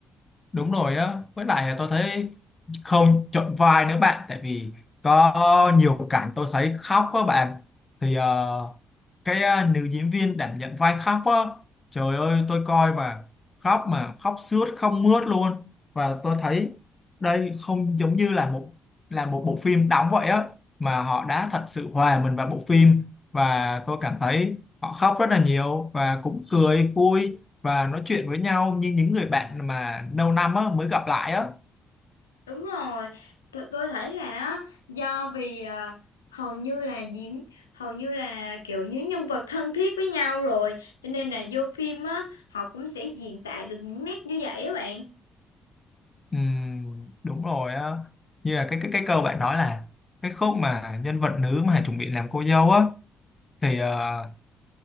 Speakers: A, on the left; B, on the left.
A: đúng rồi á với lại tôi thấy không chọn vai nữa bạn tại vì có nhiều cảnh tôi thấy khóc á bạn thì ờ, cái ờ, nữ diễn viên đảm nhận vai khóc á trời ơi tôi coi mà khóc mà khóc sướt không mướt luôn và tôi thấy đây không giống như là một là một bộ phim đóng vậy á mà họ đã thật sự hòa mình vào bộ phim và tôi cảm thấy họ khóc rất là nhiều và cũng cười vui và nói chuyện với nhau như những người bạn mà lâu năm á, mới gặp lại á
B: đúng rồi Th tôi thấy là á, do vì ờ, hầu như là diễn hầu như là kiểu như nhân vật thân thiết với nhau rồi cho nên là vô phim á họ cũng sẽ diễn tả được những nét như vậy á bạn
A: Ừm, đúng rồi á như là cái cái cái câu bạn nói là cái khúc mà nhân vật nữ mà chuẩn bị làm cô dâu á thì ờ,